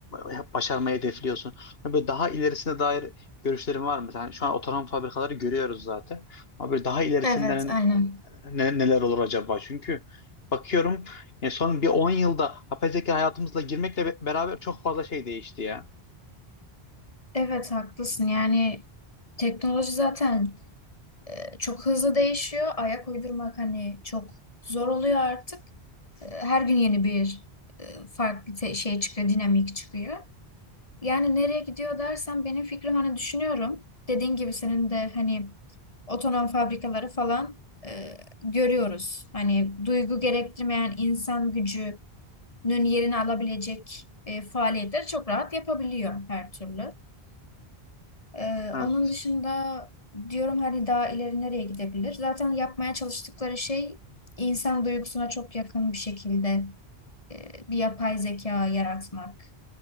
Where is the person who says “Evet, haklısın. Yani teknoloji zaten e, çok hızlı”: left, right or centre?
Left